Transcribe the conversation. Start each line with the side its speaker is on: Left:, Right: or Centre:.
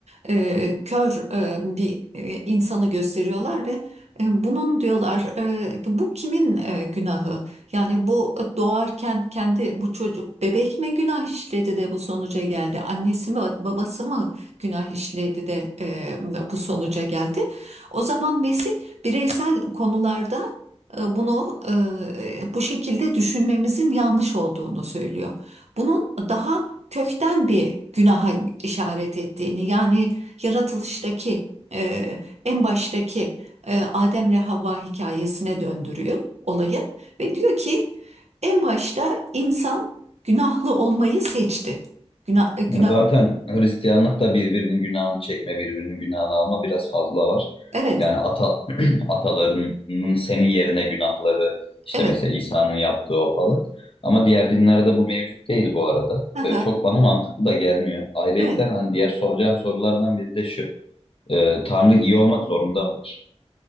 Right: E, kör e, bir e, insanı gösteriyorlar ve e, bunun diyorlar e, bu kimin e, günahı? Yani bu e, doğarken kendi bu çocuk bebek mi günah işledi de bu sonuca geldi? Annesi mi babası mı günah işledi de e, bu sonuca geldi? O zaman Mesih bireysel konularda e, bunu e, bu şekilde düşünmemizin yanlış olduğunu söylüyor. Bunun daha kökten bir günaha işaret ettiğini yani yaratılıştaki e, en baştaki e, Adem'le Havva hikayesine döndürüyor olayı ve diyor ki en başta insan günahlı olmayı seçti. Günah, e, günahlı
Left: Ya zaten Hristiyanlık da birbirinin günahını çekme, birbirinin günahını alma biraz fazla var.
Right: evet
Left: Yani ata, <clears throat> atalarının senin yerine günahları işte
Right: evet
Left: mesela İsa'nın yaptığı o falan. Ama diğer dinlerde bu mevcut değil bu arada.
Right: Aha,
Left: Ee, çok bana mantıklı da gelmiyor. Ayrıyetten
Right: evet
Left: hani diğer soracağım sorulardan biri de şu. Ee, Tanrı iyi olmak zorunda mıdır?